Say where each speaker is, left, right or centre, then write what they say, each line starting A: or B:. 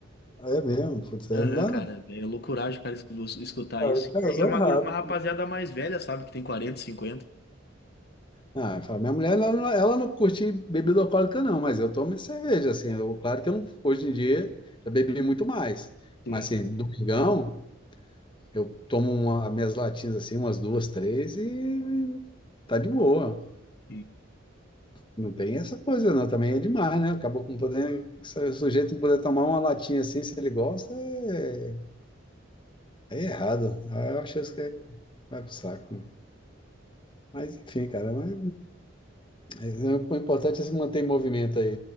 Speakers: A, on the left; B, on the left.
A: É mesmo. Putz,
B: Aham,
A: aí não dá,
B: cara,
A: não.
B: é loucuragem, cara, es- vos- escutar
A: Cara,
B: isso.
A: Casou
B: E é e é uma,
A: errado.
B: guri- uma rapaziada mais velha, sabe, que tem quarenta cinquenta
A: Ah, fala, minha mulher, ela, não- ela não curte bebida alcoólica, não, mas eu tomo cerveja, assim. Eu, claro que eu não, hoje em dia já bebi muito mais.
B: Sim,
A: Mas, assim, domingão, eu tomo uma, minhas latinhas, assim, umas duas, três e tá de boa.
B: sim,
A: Não tem essa coisa, não. Também é demais, né? Acabou com poder. Se o sujeito não puder tomar uma latinha assim, se ele gosta, é, é errado. Aí Eu acho isso que aí vai pro saco. Mas enfim, cara, mas, mas é- o importante é se manter em movimento aí.